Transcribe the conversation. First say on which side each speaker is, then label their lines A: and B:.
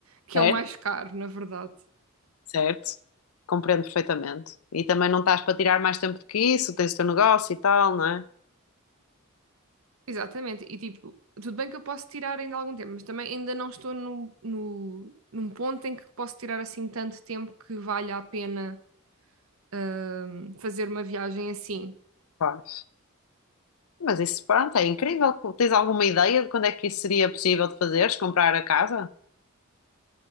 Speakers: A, on the right; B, on the left.
A: que
B: Certo,
A: é o mais caro, na verdade.
B: certo. Compreendo perfeitamente. E também não estás para tirar mais tempo do que isso, tens o teu negócio e tal, não é?
A: Exatamente, e tipo, tudo bem que eu posso tirar ainda algum tempo, mas também ainda não estou no, no, num ponto em que posso tirar assim tanto tempo que valha a pena hum, fazer uma viagem assim.
B: Faz. Mas isso, pronto, é incrível. Tens alguma ideia de quando é que isso seria possível de fazeres? Comprar a casa?